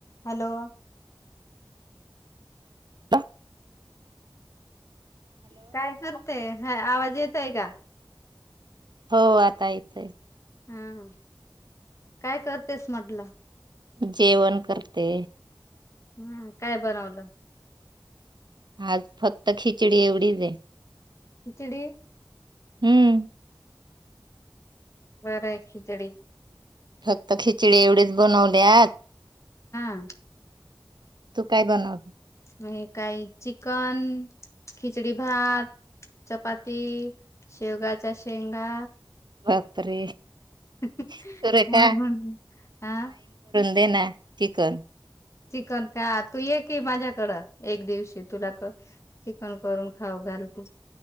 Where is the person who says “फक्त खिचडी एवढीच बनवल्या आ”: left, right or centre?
Right